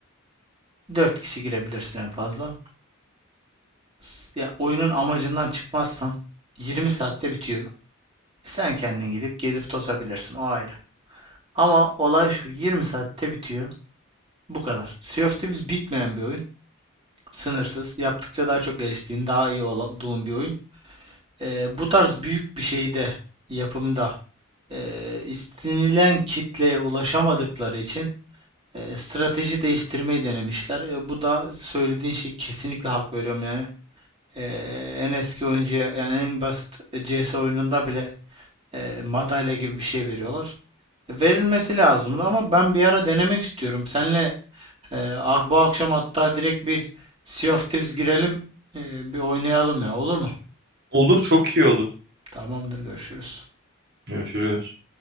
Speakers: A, on the right; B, on the right.
A: Dört kişi girebilirsin en fazla. S- Ya oyunun amacından çıkmazsan 20 saatte bitiyor. Sen kendin gidip gezip tozabilirsin o ayrı. Ama olay şu 20 saatte bitiyor. Bu kadar. Sea of Thieves bitmeyen bir oyun. Sınırsız. Yaptıkça daha çok geliştiğin, daha iyi olduğun bir oyun. Ee, bu tarz büyük bir şeyde, yapımda ee, istenilen kitleye ulaşamadıkları için e, strateji değiştirmeyi denemişler. E, bu da söylediğin şey kesinlikle hak veriyorum yani. E, en eski oyuncuya yani en basit CS oyununda bile e, madalya gibi bir şey veriyorlar. Verilmesi lazımdı ama ben bir ara denemek istiyorum. Senle e, bu akşam hatta direkt bir Sea of Thieves girelim, e, bir oynayalım ya olur mu?
B: Olur çok iyi olur.
A: Tamamdır görüşürüz.
B: Görüşürüz.